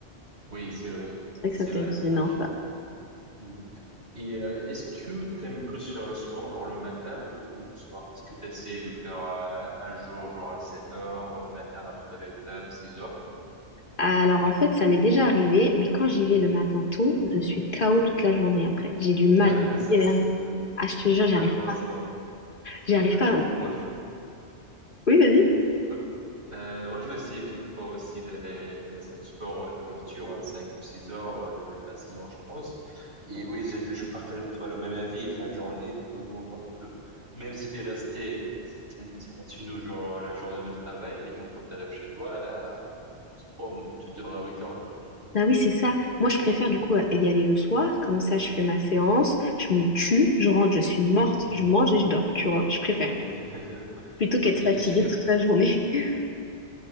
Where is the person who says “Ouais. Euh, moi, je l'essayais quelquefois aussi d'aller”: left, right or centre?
Right